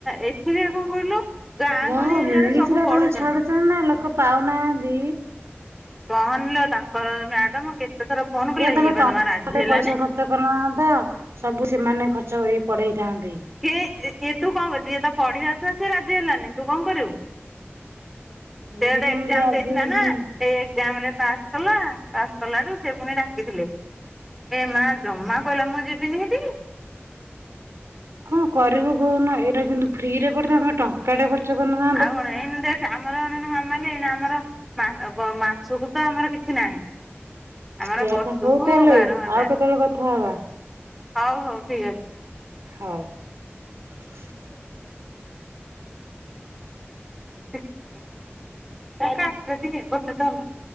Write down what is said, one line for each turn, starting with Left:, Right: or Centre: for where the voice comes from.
Centre: ଏଥିରେ କଣ କହିଲୁ, ଗାଁ
Right: ଯାହା
Centre: ଗହଳି
Right: ହଉ
Centre: ଏରିଆରେ
Right: ମିଳିଥିଲା
Centre: ସବୁ ପଢୁଚନ୍ତି।
Right: <unintelligible> ଲୋକ ପାଉନାହାନ୍ତି।
Centre: କହନିଲୋ, ତାଙ୍କର ମ୍ୟାଡ଼ାମ କେତେ ଥର ଫୋନ କଲେ,
Right: ଏ ତମେ
Centre: ଏଇ ପା
Right: ଟ
Centre: ଜମା ରାଜି
Right: ଗୋଟେ
Centre: ହେଲାନି।
Right: ପଇସା ଖର୍ଚ୍ଚ କରିନହାନ୍ତ, ସବୁ ସେମାନେ ଖର୍ଚ୍ଚ କରିକି ପଢେଇଥାନ୍ତେ।
Centre: କି ଏ ତୁ କଣ କରୁ, ଯିଏ ତ ପଢିବା ଛୁଆ, ସେ ରାଜି ହେଲାନି, ତୁ କଣ କରିବୁ?
Right: ଏମିତି
Centre: ସେ ଗୋଟେ
Right: କେମିତି
Centre: ଏକ୍ଜାମ
Right: ରାଜି
Centre: ଦେଇଥିଲା
Right: ହେବେନି।
Centre: ନା ସେ ଏକ୍ଜାମ ରେ ପାସ୍ କଲା, ପାସ୍ କଲାରୁୁ, ସେ ପୁଣି ଡାକିଥିଲେ। ଏ ମା, ଜମା କହିଲା ମୁଁ ଯିବିନିି ହେଠିକି।
Right: କଣ କରିବୁ କହୁନୁ, ଏଇଟା କିନ୍ତୁ ଫ୍ରିରେ ପଡିଥାନ୍ତା ଟ ଟଙ୍କାଟେ ଖର୍ଚ୍ଚ କରି ନ
Centre: ଆଉ ଏଇମିତିଆ ଆମର ଅନଉନୁ ମାମଲି, ଏଇନା ଆମର ବ ମାସକୁ ତ ଆମର କିଛି ନାହିଁ। ଆମର
Right: ସେଇଆ
Centre: ବର୍ଷକୁ
Right: ପା ହଉ ତାହେଲେ
Centre: ବାର ହଜାର,
Right: ଆଉ କେତେବେଳେ କଥା ହବା
Centre: ହଉ ହଉ ଠିକ ଅଛି।
Right: ହଉ। <unintelligible>
Centre: ଏ କାଟ ଟିକେ, ଗୋଟେ ତ ହେଲା।